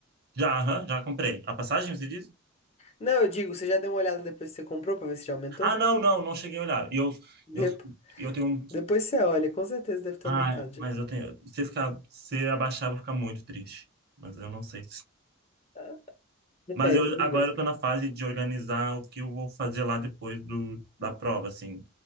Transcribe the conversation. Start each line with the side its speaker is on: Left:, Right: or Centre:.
Right: Já, aham, já comprei. A passagem, você diz?
Left: Não, eu digo, você já deu uma olhada depois que você comprou pra ver se já aumentou?
Right: Ah, não, não, não cheguei a olhar. E eu,
Left: Dep-
Right: eu, eu tenho um...
Left: Depois você olha, com certeza deve ter
Right: Ah,
Left: aumentado já.
Right: mas eu tenho... Se ficar, se abaixar, eu vou ficar muito triste. Mas eu não sei.
Left: <laughs>
Right: Mas
Left: É,
Right: eu
Left: tudo
Right: agora
Left: bem.
Right: eu tô na fase de organizar o que eu vou fazer lá depois do, da prova, assim.